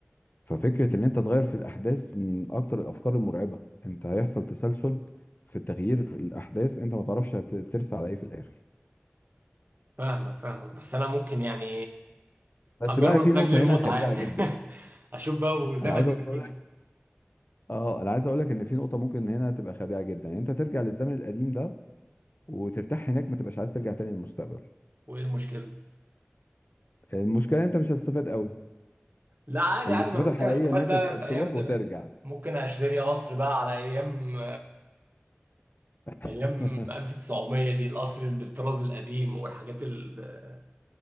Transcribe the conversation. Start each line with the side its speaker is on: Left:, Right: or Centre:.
Left: ففكره ان انت تغير في الاحداث من اكتر الافكار المرعبه انت هيحصل تسلسل في تغيير في الاحداث انت ما تعرفش هت- ترسى على ايه في الاخر
Right: فاهمك فاهمك بس انا ممكن يعني
Left: بس
Right: اجرب
Left: بقى في نقطه
Right: لاجل المتعه
Left: هنا خادعه
Right: يعني
Left: جدا
Right: <laughs> اشوف بقى وزي
Left: انا
Right: ما
Left: عايز
Right: تيجي
Left: اقول
Right: تيجي
Left: اه انا عايز اقول لك ان في نقطه ممكن هنا تبقى خادعه جدا يعني انت ترجع للزمن القديم ده وترتاح هناك ما تبقاش عايز ترجع تاني للمستقبل
Right: وايه المشكله
Left: المشكله إن انت مش هتستفاد قوي
Right: لا عادي
Left: الاستفاده
Right: عادي ما انا ممكن
Left: الحقيقيه
Right: استفاد
Left: ان انت
Right: بقى
Left: ت-
Right: في ايام
Left: تروح
Right: زمان
Left: وترجع
Right: ممكن اشتري قصر بقى على ايام <laughs> ايام
Left: <laughs>
Right: 1900 دي القصر اللي بالطراز القديم والحاجات ال-